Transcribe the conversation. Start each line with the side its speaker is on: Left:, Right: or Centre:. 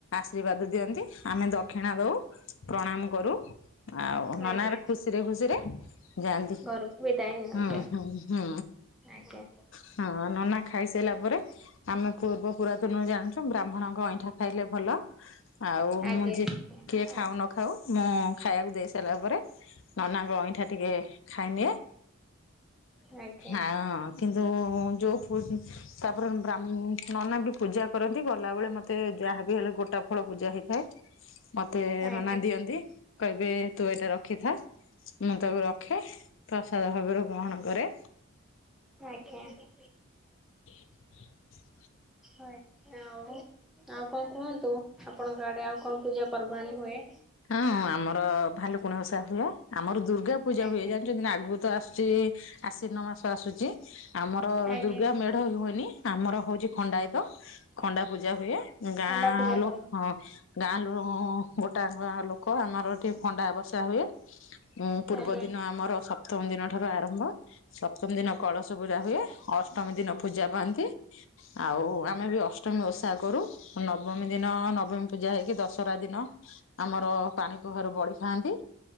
Left: ଜିବାଦ ଦିଅନ୍ତି ଆମେ ଦକ୍ଷିଣା ଦଉ ପ୍ରଣାମ କରୁ ଆଉ ନାନାଙ୍କର
Centre: ଆଜ୍ଞା
Left: ଖୁସିରେ ଖୁସିରେ ଯାଆନ୍ତି।
Centre: ଘରକୁ ବିଦାୟ ନିଅନ୍ତି
Left: ହୁଁ ହୁଁ ହୁଁ
Centre: ଆଉ ଆଜ୍ଞା
Left: ହଁ ନନା ଖାଇସାଇଲା ପରେ ଆମେ ପୂର୍ବ ପୁରାତନରୁ ଜାଣିଛୁ ବ୍ରାହ୍ମଣଙ୍କ ଅଇଁଠା ଖାଇଲେ ଭଲ ଆଉ
Centre: ଆଜ୍ଞା ଆଜ୍ଞା
Left: ମୁଁ ଯଏ କିଏ ଖାଉ ନ ଖାଉ ମୁଁ ଖାଇବାକୁ ଦେଇସାଇଲା ପରେ ନନାଙ୍କ ଅଇଁଠା ଟିକେ ଖାଇନିଏ।
Centre: ଆଜ୍ଞା ଆଜ୍ଞା
Left: ଆଉ କିନ୍ତୁ ଯୋଉ ତା ପରେ ବ୍ରାମ୍ ନନା ବି ପୂଜା କରନ୍ତି ଗଲାବେଳେ ମତେ ଯାହା ବିି ହେଲେ ଗୋଟା ଫଳ ପୂଜା ହେଇଥାଏ ମତେ
Centre: ଆଜ୍ଞା
Left: ନନା ଦିଅନ୍ତି କହିବେ ତୁ ଏଇଟା ରଖିଥା। ମୁଁ ତାକୁ ରଖେ ପ୍ରସାଦ ଭାବରେ ଗ୍ରହଣ କରେ।
Centre: ଆଜ୍ଞା
Left: <unintelligible>
Centre: ହୋଏ <unintelligible> ଆଉ କଣ କୁହନ୍ତୁ ଆପଣଙ୍କ ଆଡେ ଆଉ କଣ ପୂଜା ପର୍ବାଣୀ ହୁଏ।
Left: ହଁ ଆମର ଭାଲୁକୁଣସା ହୁଏ ଆମର ଦୁର୍ଗା ପୂଜା
Centre: ଆଜ୍ଞା
Left: ହୁଏ ଜାଣି ଆଗକୁ ତ ଆସୁଛି ଆଶ୍ଵିନ ମାସ ଆସୁଛି ଆମର
Centre: ଆଜ୍ଞା
Left: ଦୁର୍ଗା ମେ ଢ଼ ହୁଏନି ଆମର ହୋଉଚି ଖଣ୍ଡାୟତ ଖଣ୍ଡା ପୂଜା ହୁଏ। ଗାଁ
Centre: ଖଣ୍ଡା ପୂଜା କରନ୍ତି
Left: ଲୁ ହଁ ଗାଁ ଲୋ ଗୋଟାଙ୍କ ଗାଁ ଲୋକ ଆମର ଏଠି ଖଣ୍ଡା ବସା ହୁଏ। ଉଁ ପୂର୍ବ
Centre: ଆଜ୍ଞା
Left: ଦିନ ଆମର ସପ୍ତମୀ ଦିନଠାରୁ ଆରମ୍ଭ, ସପ୍ତମୀ ଦିନ କଳସ ପୁରା ହୁଏ ଅଷ୍ଟମୀ ଦିନ ପୂଜା ପାଆନ୍ତି ଆଉ ଆମେ ବି ଅଷ୍ଟମୀ ଓଷା କରୁ। ନବମୀ ଦିନ ନବମୀ ପୂଜା ହେଇକି ଦଶହରା ଦିନ ଆମର ପାଣି କଖାରୁ ବଳି ଖାଆନ୍ତି